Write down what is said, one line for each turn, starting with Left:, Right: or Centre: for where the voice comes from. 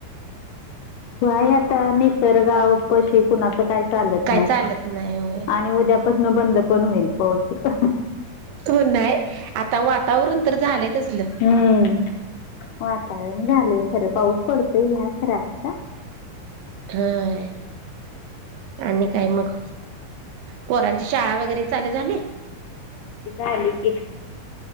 Left: बाय आता निसर्ग शिकून आ. काही चालत
Right: काय
Left: नाही
Right: चालत नाही होय
Left: आणि उद्यापासून बंद पण होईल पाऊस
Right: हो नाही आता वातावरण तर झालंय त असल
Left: हम्म वातावरण झालंय खरं पाऊस पडतय घ्या खर आता
Right: हा आणि काय मग पोरांची शाळा वगैरे चाल झाली
Left: झाली की